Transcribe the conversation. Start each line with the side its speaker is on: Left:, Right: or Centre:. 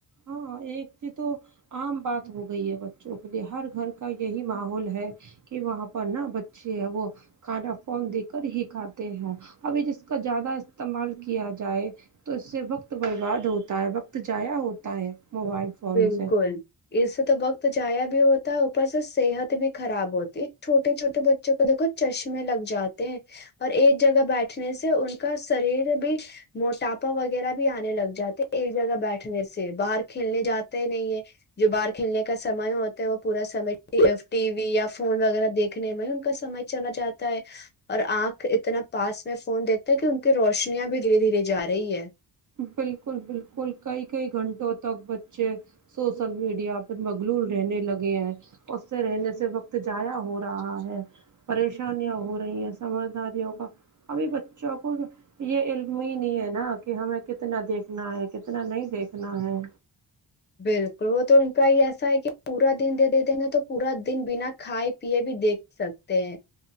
Right: ہاں ایک ج تو عام بات ہو گئی ہے بچوں کے لیے ہر گھر کا یہی ماحول ہے کہ وہاں پر نا بچے ہیں وہ کھانا فون دے کر ہی کھاتے ہیں ابھی جس کا زیادہ استعمال کیا جائے تو اس سے وقت برباد ہوتا ہے وقت جضایا ہو دائیں موبائل فون
Left: بالکل
Right: سے
Left: اس سے تو وقت جایا بھی ہوتا ہے اوپر سے صحت بھی خراب ہوتی چھوٹے چھوٹے بچوں کو دیکھو چشمے لگ جاتے ہیں اور ایک جگہ بیٹھنے سے ان کا شریر بھی موٹاپا وغیرہ بھی آنے لگ جاتے ایک جگہ بیٹھنے سے باہر کے کھیلنے جاتے ہی نہیں ہے جو باہر کھیلنے کا سمے ہوتا ہے وہ پورا سم ٹی وی یا فون وغیرہ دیکھنے میں ہی ان کا سمے چلا جاتا ہے اور آنکھ اتنا پاس میں فون دیکھتے کہ ان کی روشنیاں بھی دھیرے دھیرے جا رہی ہے
Right: بالکل بالکل کئی کئی گھنٹوں تک بچے سوشل میڈیا پر مغلول رہنے لگے ہیں اس سے رہنے سے وقت جضایا ہو رہا ہے پریشانیاں ہو رہی ہیں سمجھداریوں کا ابھی بچوں کو یہ علم ہی نہیں ہے نا کہ کہ ہمیں کتنا دیکھنا ہے کتنا نہیں دیکھنا ہے
Left: بالکل وہ تو ان کا یہ ایسا ہے کہ پورا دن دے دیتےنے تو پورا دن بنا کھائے پیئے بھی دیکھ سکتے ہیں